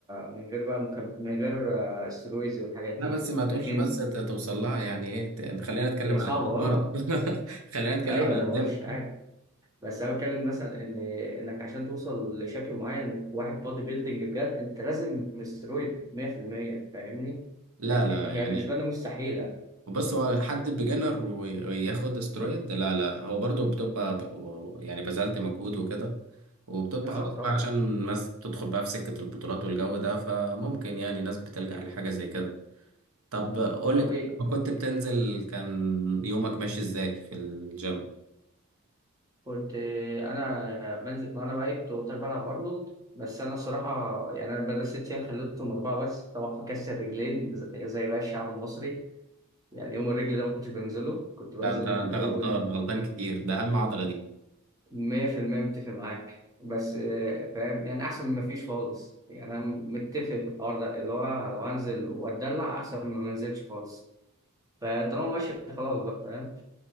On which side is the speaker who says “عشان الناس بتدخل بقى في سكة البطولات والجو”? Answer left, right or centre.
Right